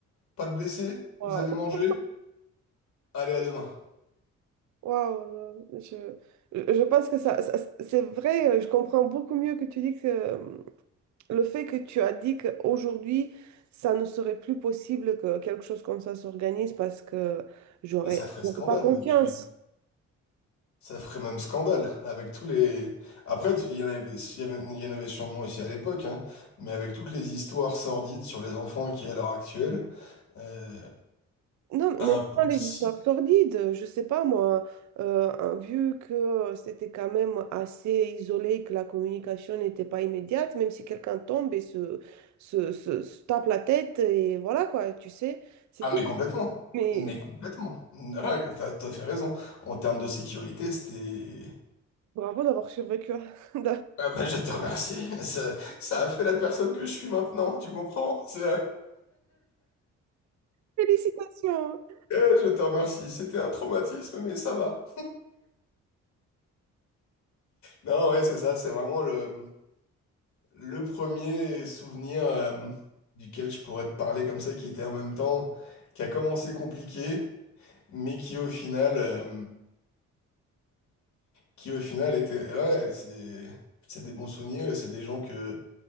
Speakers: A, on the left; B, on the right.
A: Pas de blessés?
B: waouh.
A: Vous avez mangé? Allez, à demain.
B: Wow, <laughs> je, je pense que ça, ça- c'est vrai, je comprends beaucoup mieux que tu dis que, Le fait que tu as dit qu'aujourd'hui, ça ne serait plus possible que quelque chose comme ça s'organise parce que j'aurais
A: Mais ça ferait
B: j'aurais
A: scandale
B: pas confiance.
A: même, je dirais. Ça ferait même scandale avec tous les... Après, tu- il y en avait, il y avait- il y en avait sûrement aussi à l'époque, hein, mais avec toutes les histoires sordides sur les enfants qui est à l'heure actuelle, euh,
B: Non, mais
A: impossible
B: même pas les histoires sordides, je sais pas moi, euh, hein, vu que c'était quand même assez isolé, et que la communication n'était pas immédiate, même si quelqu'un tombe et se, se, se- se tape la tête, et voilà quoi, tu sais, c'est
A: Ah
B: tout.
A: mais complètement,
B: Mais
A: mais complètement. Rien que- T'as t'as fait raison. En termes de sécurité, c'était...
B: bravo d'avoir survécu. <laughs>
A: Ah bah je te remercie. Ça, ça a fait la personne que je suis maintenant, tu comprends? C'est un-
B: Félicitations!
A: Eh, je te remercie. C'était un traumatisme, mais ça va. Non, ouais, c'est ça. C'est vraiment le, le premier souvenir euh, duquel je pourrais te parler comme ça, qui était en même temps, qui a commencé compliqué, mais qui au final, euh, qui au final était... Ouais, c'est... C'est des bons souvenirs et c'est des gens que...